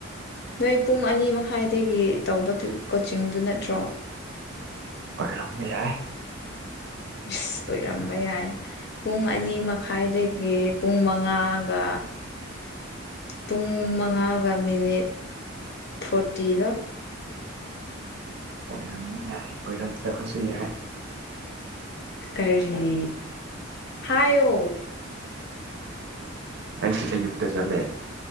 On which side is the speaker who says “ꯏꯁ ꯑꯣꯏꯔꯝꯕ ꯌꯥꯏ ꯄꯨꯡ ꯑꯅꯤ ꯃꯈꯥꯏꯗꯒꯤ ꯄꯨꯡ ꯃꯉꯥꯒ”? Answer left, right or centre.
Left